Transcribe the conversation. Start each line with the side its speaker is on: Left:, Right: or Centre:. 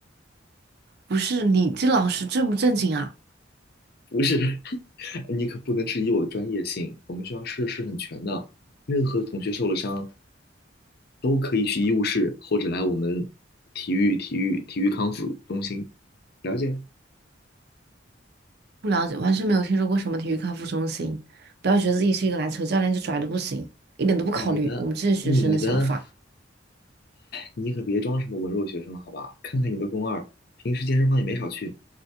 Right: 不是你这老师正不正经啊？
Left: 不是，<laughs> 你可不能质疑我的专业性，我们学校设施很全的，任何同学受了伤，都可以去医务室或者来我们体育体育体育康复中心。了解
Right: 不了解，完全没有听说过什么体育康复中心。不要觉得自己是一个篮球教练就拽的不行，一点都不考虑我们这些学生的想法。
Left: 你的你的，你可别装什么文弱学生了，好吧？看看你的肱二，平时健身房也没少去，